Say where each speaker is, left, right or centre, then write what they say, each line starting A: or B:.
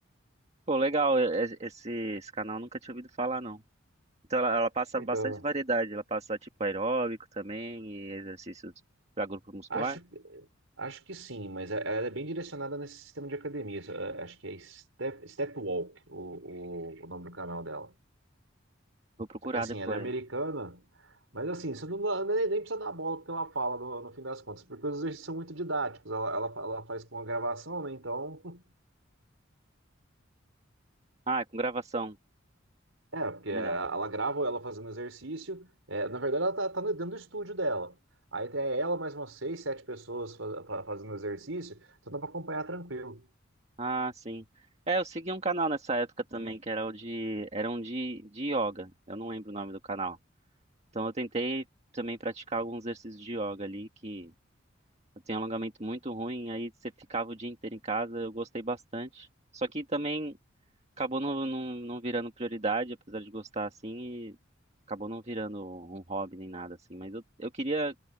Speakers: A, on the right; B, on the right.
A: Pô, legal, e- e- esse, esse canal eu nunca tinha ouvido falar, não. Então ela, ela passa
B: Então.
A: bastante variedade, ela passa tipo aeróbico também e exercícios para grupo muscular.
B: Acho, acho que sim, mas ela é bem direcionada nesse sistema de academias. Eh, Acho que é Step, Step Walk, o, o, o nome do canal dela.
A: Vou procurar
B: Só que assim,
A: depois.
B: ela é americana, mas assim, você não, nem, nem precisa dar bola porque ela fala no, no fim das contas, porque os exercícios são muito didáticos. Ela, ela, fa- ela faz com a gravação, né? Então,
A: Ah, é com gravação.
B: <laughs> é, porque ela
A: Legal.
B: grava ela fazendo exercício. É, na verdade, ela tá, tá dentro do estúdio dela. Aí tem ela mais umas seis, sete pessoas fa- fa- fazendo exercício, então dá pra acompanhar tranquilo.
A: Ah, sim. É, eu segui um canal nessa época também, que era o de, era um de, de yoga. Eu não lembro o nome do canal. Então eu tentei também praticar alguns exercícios de yoga ali que Eu tenho alongamento muito ruim, aí você ficava o dia inteiro em casa, eu gostei bastante. Só que também acabou não, não, não virando prioridade, apesar de gostar assim, e acabou não virando um hobby nem nada assim. Mas eu, eu queria